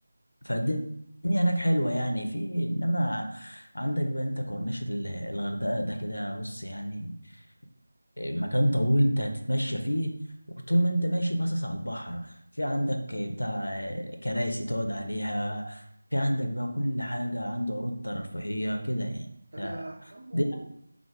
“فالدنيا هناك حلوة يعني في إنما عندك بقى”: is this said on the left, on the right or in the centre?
Left